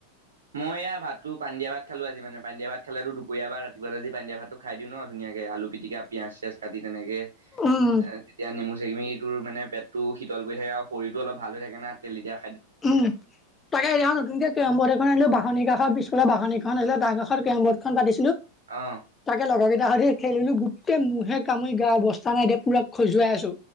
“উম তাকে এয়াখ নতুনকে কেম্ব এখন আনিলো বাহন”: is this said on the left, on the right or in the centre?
Left